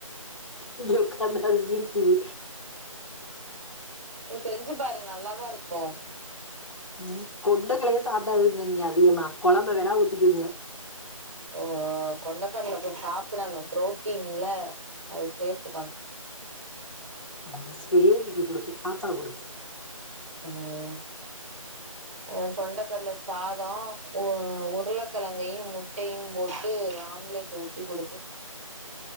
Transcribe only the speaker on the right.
நீ செஞ்சு பாரு நல்லாதா இருக்கும்
ஓ ஓ கொண்டக்கடல போய் சாப்பிடணும் புரோட்டீன்ல அது சேர்த்துக்கணும்
ம் அதா கொண்டக்கல்ல சாதோ உ ஒ உருளைக்கழங்கையும் முட்டையும் போட்டு ஆம்லேட் ஊத்தி குடுத்து